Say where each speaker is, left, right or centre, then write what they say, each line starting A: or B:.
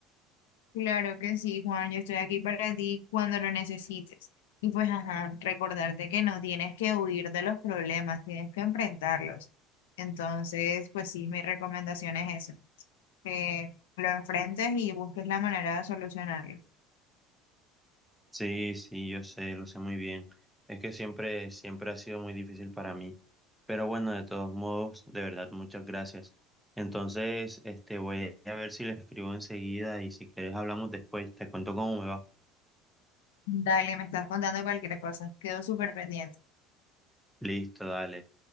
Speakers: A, on the left; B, in the centre.
A: Claro que sí, Juan, yo estoy aquí para ti cuando lo necesites. Y pues, ajá, recordarte que no tienes que huir de los problemas, tienes que enfrentarlos. Entonces, pues sí, mi recomendación es esa, que lo enfrentes y busques la manera de solucionarlo.
B: Sí, sí, yo sé, lo sé muy bien. Es que siempre, siempre ha sido muy difícil para mí. Pero bueno, de todos modos, de verdad, muchas gracias. Entonces, este, voy a ver si le escribo enseguida y si quieres hablamos después, te cuento cómo me va.
A: Dale, me estás contando cualquier cosa, quedo súper pendiente.
B: Listo, dale.